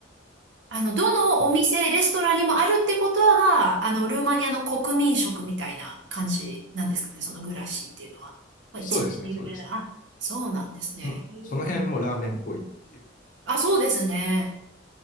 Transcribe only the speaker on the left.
そう
そうですね、
そうですね。
そのその辺もラーメンっぽいっていう。